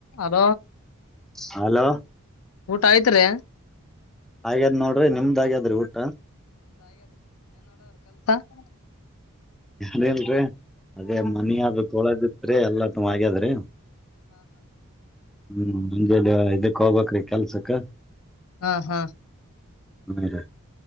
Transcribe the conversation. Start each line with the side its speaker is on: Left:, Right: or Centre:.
Left: ಅದ
Centre: ಹಲೋ
Left: ಊಟ ಆಯ್ತ್ರಿ
Centre: ಹಾಗ್ಯಾದ್ ನೋಡ್ರಿ ನಿಮ್ದಾಗ್ಯಾದ್ರಿ ಊಟ
Left: ಹ್ಮ
Centre: ರಿನ ರ ಅದೇ ಮನಿಯಾಗ ತೊಳದು ರೇ ಎಲ್ಲ ತ ಹಾಗ್ಯದ್ರೀ ಹ್ಮ್ ಮುಂಜೆ ಇದಕ್ ಹೋಗ್ಬ್ರೀ ಕೆಲ್ಸಕ್ಕ.
Left: ಹಾ ಹಾ
Centre: ಹೇರ